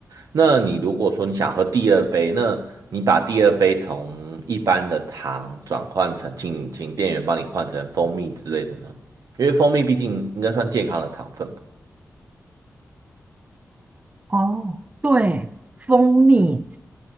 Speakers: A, on the right (about 85°); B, on the right (about 25°).
A: 那你如果说你想喝第二杯，那你把第二杯从一般的糖转换成，请请店员帮你换成蜂蜜之类的呢？因为蜂蜜毕竟应该算健康的糖分吧。
B: 哦，对，蜂蜜，